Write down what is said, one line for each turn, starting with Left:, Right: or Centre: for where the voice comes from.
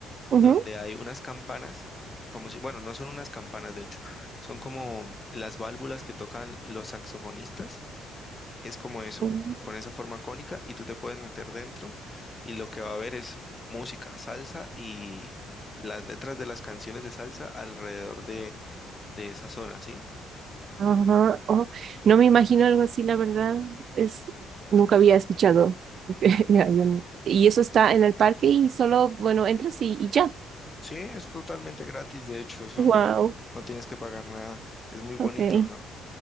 Right: ujú.
Left: donde hay unas campanas, como si, bueno, no son unas campanas de hecho, son como las válvulas que tocan los saxofonistas es como eso,
Right: ujú.
Left: con esa forma cónica y tú te puedes meter dentro y lo que va a haber es música, salsa y las letras de las canciones de salsa alrededor de, de esa zona, ¿sí?
Right: Ajá, oh, No me imagino algo así, la verdad. Es, nunca había escuchado. <laughs> Y eso está en el parque y solo, bueno, entras y, y ya.
Left: Sí, es totalmente gratis, de hecho, eso
Right: Wow.
Left: no, no tienes que pagar nada, es muy bonito,
Right: Ok.
Left: ¿no?